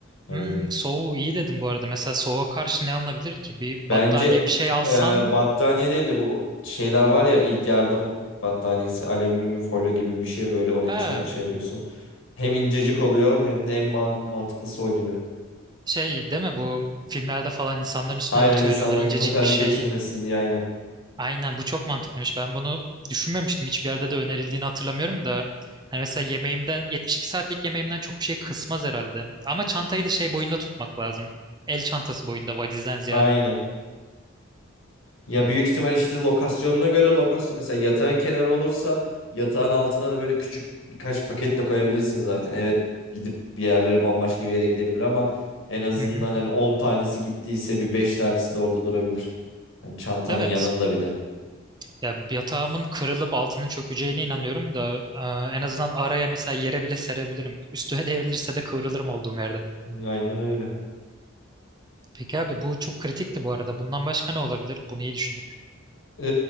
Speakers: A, on the left; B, on the right.
A: hani.
B: Hmm, soğuğu iyi dedim bu arada. Mesela soğuğa karşı ne alınabilir ki? Bir
A: Bence
B: battaniye bir şey alsan
A: e, battaniye değil de bu şeyler var ya ilk yardım battaniyesi alüminyum folyo gibi bir şey böyle onun
B: ha
A: içine şey yapıyorsun. Hem incecik oluyor hem de en man mantıklısı o gibi.
B: şey değil mi bu filmlerde falan insanların üstüne
A: Aynen
B: örtü
A: insanlar
B: veriyorlar incecik
A: hipotermi
B: bir şey.
A: geçirmesin diye aynen.
B: Aynen bu çok mantıklıymış. Ben bunu düşünmemiştim. Hiçbir yerde de önerildiğini hatırlamıyorum da. Hani mesela yemeğimden 72 saatlik yemeğimden çok bir şey kısmaz herhalde. Ama çantayı da şey boyunda tutmak lazım. El çantası boyunda valizden ziyade.
A: Aynen. Ya
B: Hı
A: büyük ihtimal işte lokasyonuna göre lokasyon mesela yatağın kenarı olursa yatağın altına da böyle küçük birkaç paket de koyabilirsin zaten. Evet gidip bir yerlere bambaşka bir yere gidebilir ama en azından
B: hı. hı.
A: hani 10 tanesi gittiyse bir 5 tanesi de orada durabilir. Hani çantanın
B: Evet.
A: yanında bir de.
B: Ya bir yatağımın kırılıp altının çökeceğine inanıyorum da e, en azından araya mesela yere bile serebilirim. Üstüme devrilirse de kıvrılırım olduğum yerde.
A: Aynen öyle.
B: Peki abi bu çok kritikti bu arada. Bundan başka ne olabilir? Bunu iyi düşündük.
A: Ee,